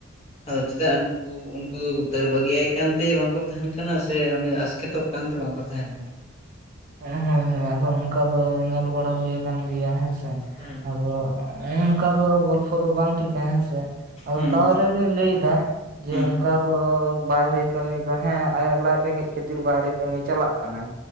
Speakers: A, on the left (about 30°); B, on the right (about 45°).
A: ᱟᱫᱚ ᱪᱮᱫᱟᱜ ᱠᱩ ᱩᱱᱠᱩ ᱫᱚ ᱫᱟᱹᱲ ᱵᱟᱹᱜᱤᱭᱟᱭ ᱠᱟᱱᱛᱮ ᱵᱟᱝᱠᱚ ᱛᱟᱦᱮᱸᱱ ᱠᱟᱱᱟ ᱥᱮ ᱩᱱᱤ ᱟᱥᱠᱮᱛᱚᱜ ᱠᱟᱱᱛᱮ ᱵᱟᱝᱠᱚ ᱛᱟᱦᱮᱸᱱ ᱠᱟᱱ?
B: ᱦᱮᱸ ᱦᱮᱸ ᱦᱮᱸ ᱟᱫᱚ ᱚᱱᱠᱟ ᱫᱚ ᱧᱮᱞ ᱵᱟᱲᱟ ᱦᱩᱭ ᱟᱠᱟᱱ ᱜᱮᱭᱟ ᱦᱮᱸ ᱥᱮ,
A: ᱦᱮᱸ
B: ᱟᱫᱚ ᱚᱱᱠᱟ ᱫᱚ ᱜᱚᱞᱯᱚ ᱫᱚ ᱵᱟᱝ ᱴᱷᱤᱠᱟ ᱦᱮᱸ ᱥᱮ ᱟᱫᱚ
A: ᱦᱮᱸ
B: ᱛᱟᱣᱚᱨᱮᱞᱤᱧ ᱞᱟᱹᱭᱫᱟ, ᱡᱮ
A: ᱦᱩᱸ
B: ᱚᱱᱠᱟ
A: ᱦᱩᱸ
B: ᱫᱚ ᱵᱟᱭᱨᱮ ᱠᱟᱹᱢᱤ ᱫᱚ ᱦᱮᱸ ᱟᱭᱟᱜ ᱞᱟᱡ ᱨᱮᱸᱜᱮᱡ ᱠᱷᱟᱹᱛᱤᱨ ᱵᱟᱭᱨᱮ ᱠᱟᱹᱢᱤ ᱪᱟᱞᱟᱜ ᱠᱟᱱᱟᱭ,